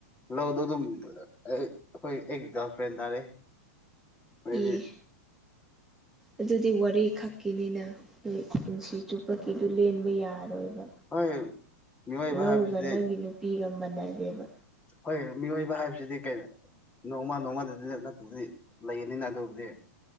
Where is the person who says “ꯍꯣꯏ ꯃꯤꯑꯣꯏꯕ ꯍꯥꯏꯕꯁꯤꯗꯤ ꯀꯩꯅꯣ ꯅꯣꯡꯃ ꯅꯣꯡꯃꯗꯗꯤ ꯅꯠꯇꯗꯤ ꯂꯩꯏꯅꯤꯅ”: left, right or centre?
Left